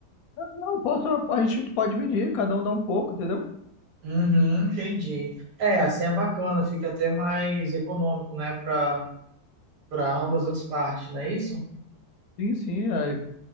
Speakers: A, on the left (about 70°); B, on the right (about 85°).
A: Ah, Não, posso, a gente pode dividir, cada um dá um pouco, entendeu?
B: Uhum, entendi. É, assim é bacana, fica até mais econômico, né, para para ambas as partes, não é isso?
A: Sim, sim, aí